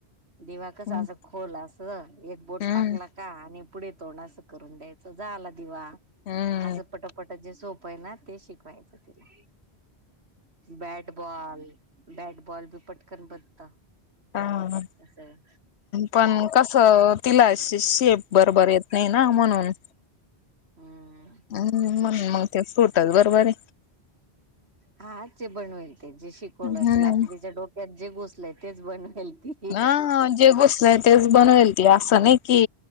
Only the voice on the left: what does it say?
हम्म
हम्म
हम्म.
हां.
पण कसं तिला शे शेप बरोबर येत नाही ना म्हणून.
हम्म मंग ते सुटत बरोबर आहे.
हम्म.
ना जे बसलाय आहे तेच बनवेल त असं नाही की